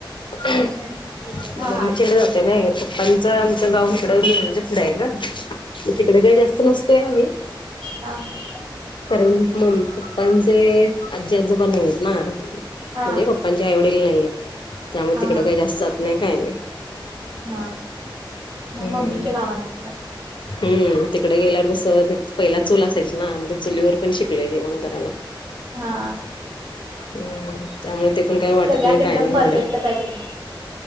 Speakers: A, on the left (about 70°); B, on the right (about 70°).
A: मम्मीच्या
B: मग इथं हा हा
A: तीकडे जाते नाय. पप्पान आमच्या गाव इकड विरज पुुडंय ग. तिकडे काही जास्त नसतोय आम्ही.
B: हा हा.
A: कारण मम्मी पप्पांचे आजी आजोबा नाहीेयेत ना.
B: हा
A: म्हणजे पप्पांचे आईवडील नाहीये. त्यामुळे
B: हा
A: तिकडे
B: हा
A: काही जास्त जात नाही काय नाही.
B: हा. म
A: हम्म.
B: मम्मीच्या गावाला जातात?
A: हम्म तिकडे गेल्यावर कसं ते पहिला चूल असायची ना. म ते चुलीवर पण शिकलोय जेवण करायला.
B: हा.
A: हम्म त्यामुळे ते पण काही वाटत
B: सगळ्यात
A: नाही काय
B: एकदम
A: नाही
B: परफेक्टच
A: एवढं.
B: आहे तुम्ही